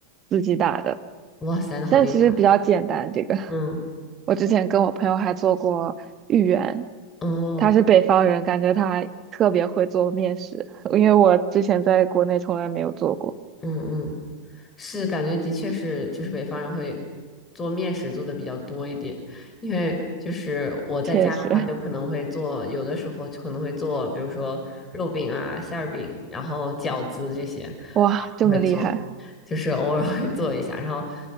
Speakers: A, on the right; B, on the left.
A: 自己打的。
B: 哇塞，那好厉害！
A: 但其实比较简单，这个 <laughs>
B: 嗯，
A: 我之前跟我朋友还做过芋圆，
B: 哦，
A: 他是北方人，感觉他特别会做面食，因为我之前在国内从来没有做过，
B: 嗯嗯是感觉的确是，就是北方人会做面食做的比较多一点，因为就是我在家的话，
A: 确实，
B: 就可能会做，有的时候就可能会做，比如说肉饼啊、馅儿饼，然后饺子这些，然
A: 哇，
B: 后我会做，
A: 这么厉害。
B: 就是偶尔会做一下。然后，